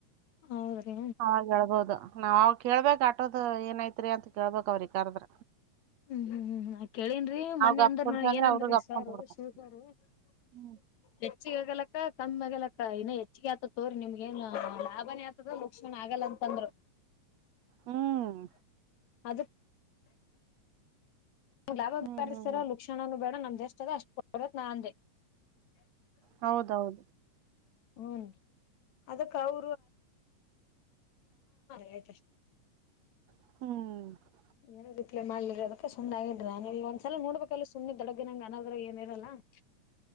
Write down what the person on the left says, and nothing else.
ಹೌದ್ರಿ
ಹ್ಮ್, ಹ್ಮ್, ಹ್ಮ್ ಕೇಳನ್ರೀ ಮೊನ್ನೆ
ಅಂದ್ರ
ಏನಂದ್ರಿ
ಸರು.
<unintelligible> ಶು ಸಾರ
ಹೆಚ್ಚಿಗೆಗಾಗಲ್ಲ <unintelligible> ಅಕ್ಕ ಕಮ್ ಆಗಲಕ್ಕ ಇನ್ನ ಹೆಚ್ಚಿಗೆ ಆತದ ತೋಗರಿ. ನಿಮ್ಗ ಏನ್ ಲಾಭಾನೇ ಆತದ ಲುಕ್ಷಣ ಆಗಲ್ಲ ಅಂತಂದರು.
<unintelligible> ಅದ ಲಾಭನು
ಬ್ಯಾಡ್ರಿ-
ಲುಕ್ಷಣ ಬ್ಯಾಡ್ರಿ ಸರ್ ನಮ್ ದ <unintelligible> ಸ್ ಅದ ಅಷ್ಟ ಕೊತ್ ನಾ ಅಂದೆ
ಹ್ಮ, ಅದಕ್ಕೆ ಅವರು ಆಯ್ತಷ್ಟ <inaudible>
ಏನ ರಿಪ್ಲ ಮಾಡ್ಲಿಲ್ಲರಿ ಅದಕ್ಕೆ ಸುಮ್ನಾಗಿನ ಆ ನಾನ್. ಒಂದ್ಸಲನೋಡ್ಬೇಕಲ್ಲ ಸುಮ್ಮನೆ ದಡಗನಂಗ ಅನದ್ರಾಗ ಏನ ಇರಲ್ಲ. ಹ <inaudible>